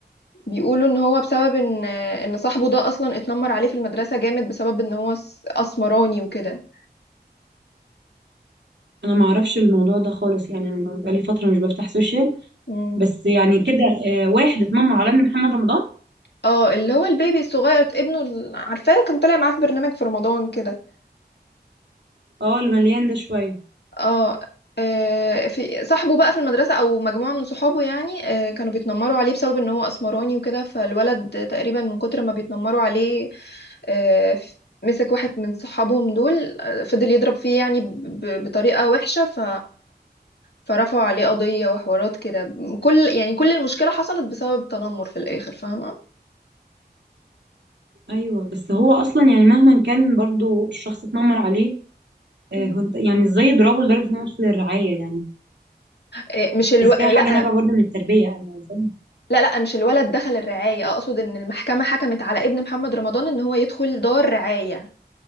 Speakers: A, on the left (about 70°); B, on the right (about 90°).
A: بيقولوا ان هو بسبب ان ان صاحبه ده اصلا اتنمر عليه في المدرسة جامد بسبب ان هو س- اسمراني وكده
B: انا ما اعرفش الموضوع ده خالص يعني انا بقالي فتره مش بفتح سوشيال
A: مم.
B: بس يعني كده آه، واحد اتنمر على ابن محمد رمضان
A: اه اللي هو البيبي الصغير ابنه ال- عارفاه كان طالع معاه في برنامج في رمضان كده
B: اه اللي مليان ده شويه
A: اه آه، في صاحبه بقى في المدرسة أو مجموعة من صحابه يعني آه، كانوا بيتنمروا عليه بسبب إن هو أسمراني وكده فالولد تقريبا من كتر ما بيتنمروا عليه آه، ف- مسك واحد من صحابهم دول آه، فضل يضرب فيه يعني ب- ب- بطريقة وحشة ف فرفعوا عليه قضية وحوارات كده كل يعني كل المشكلة حصلت بسبب تنمر في الآخر فاهمة؟
B: ايوه بس هو اصلا يعني مهما كان برضو الشخص اتنمر عليه آه،
A: مم.
B: هو انت يعني ازاي يضربه لدرجه انه يدخل الرعايه يعني
A: إيه، مش الو...
B: تحسيها
A: لا
B: حاجه نابعه برضو من التربيه يعني ازاي
A: لا لا مش الولد دخل الرعاية أقصد إن المحكمة حكمت على ابن محمد رمضان إن هو يدخل دار رعاية